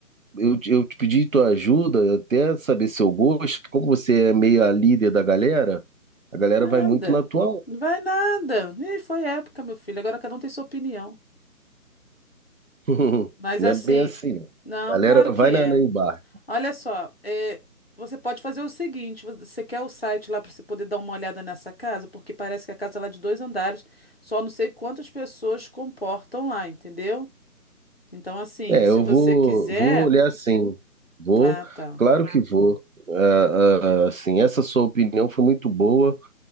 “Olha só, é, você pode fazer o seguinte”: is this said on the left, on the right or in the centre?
Left